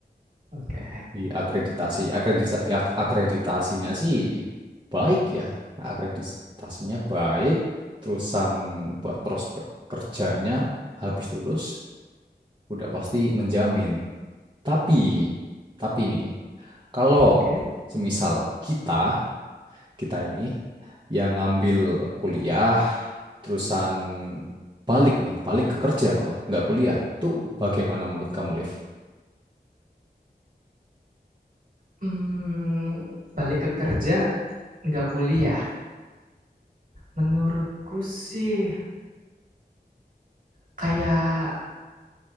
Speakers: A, on the right (about 50°); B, on the right (about 25°).
A: Oke,
B: Di akreditasi, akreditasi, akreditasinya sih baik ya, akreditasinya baik. Terusan buat prospek kerjanya habis lulus udah pasti menjamin. Tapi, tapi nih, kalau
A: oke.
B: semisal kita kita ini yang ngambil kuliah terusan balik nih, balik ke kerja malah, nggak kuliah. Itu bagaimana menurut kamu, Liv?
A: Hmm, balik ke kerja, nggak kuliah. Menurutku sih kayak